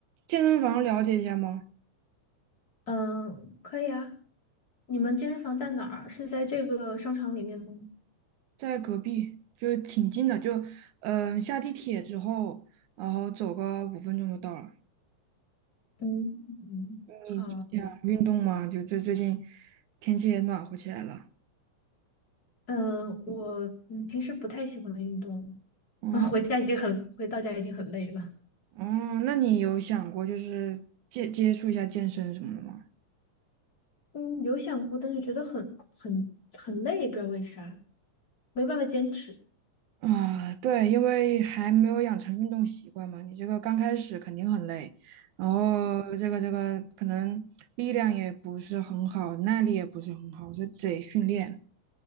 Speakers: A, on the right; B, on the left.
A: 健身房了解一下吗？
B: 嗯，可以啊。你们健身房在哪儿？是在这个商场里面吗？
A: 在隔壁，就挺近的，就嗯、呃下地铁之后，然后走个五分钟就到了。
B: 嗯，嗯好。
A: 你想运动吗？就最最近天气也暖和起来了。
B: 嗯，我嗯平时不太喜欢运动，<laughs>
A: 哦
B: 啊，回家已经很，回到家已经很累了。
A: 哦，那你有想过就是接接触一下健身什么的吗？
B: 嗯，有想过，但是觉得很很很累，不知道为啥，没办法坚持。
A: 啊，对，因为还没有养成运动习惯嘛，你这个刚开始肯定很累，然后这个这个可能力量也不是很好，耐力也不是很好，所以得训练。